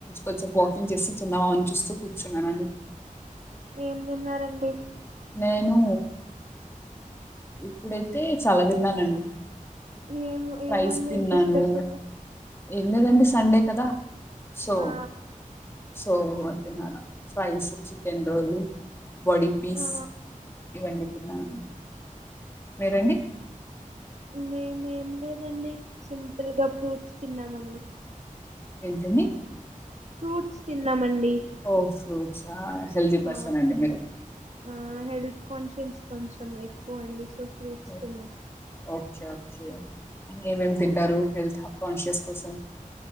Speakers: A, on the left (about 15°); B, on the right (about 55°).
A: కొంచం వాకింగ్ చేస్తే చిన్నగవుదాం చూస్తూ కూర్చున్నాను
B: ఏం తిన్నారండి
A: నేను ఇప్పుడైతే చాలా తిన్నానండి
B: ఏం
A: రైస్స్
B: ఏమండి
A: తిన్నాను
B: అంత స్పెషల్
A: ఏ లేదండి సండే కదా సో
B: ఆ
A: సో మరి తినాలా ఫ్రైస్ చికెన్ రోల్ బాడీ పీస్
B: ఆ
A: ఇవన్నీ తిన్నా మీరండి
B: మేమ ఏమి లేదండి సింపుల్గా ఫ్రూట్స్ తిన్నామండి
A: ఏంటడి
B: ఫ్రూట్స్ తిన్నామండి
A: ఓ ఫ్రూట్సా హెల్దీ పర్సన్
B: ఆ
A: అండి మీరు
B: ఆ హెల్త్ కాన్షియస్ కొంచెం ఎక్కువ అయింది సో ఫ్రూట్స్
A: ఓ
B: తిన్నా
A: ఓకే ఓకే ఏమేం తింటారు హెల్త్ కాన్షియస్ కోసం